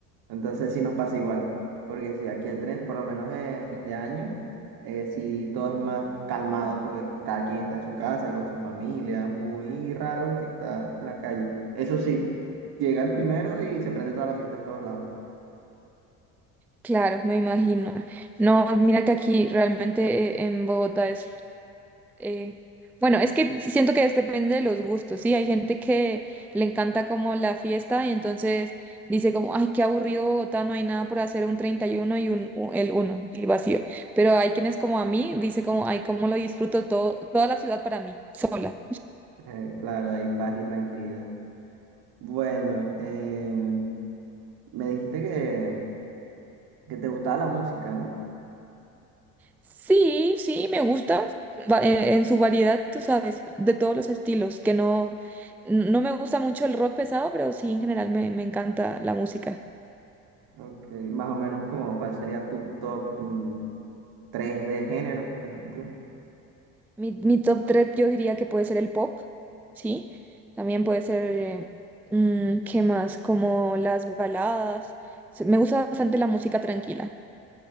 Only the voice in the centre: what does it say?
Claro, me imagino. No, mira que aquí realmente eh, en Bogotá es, eh, bueno, es que sí siento que es- depende de los gustos, ¿sí? Hay gente que le encanta como la fiesta y entonces dice como, ay, qué aburrido Bogotá, no hay nada por hacer un 31 y uno y un, u- el uno, el vacío. Pero hay quienes como a mí, dice como, ay, cómo lo disfruto todo, toda la ciudad para mí, sola.
Sí, sí, me gusta va- eh, en su variedad, tú sabes, de todos los estilos, que no, no me gusta mucho el rock pesado, pero sí, en general me, me encanta la música.
Mi, mi top 3, yo diría que puede ser el pop, ¿sí? También puede ser, eh, mm, ¿qué más? Como las baladas. Se- Me gusta bastante la música tranquila.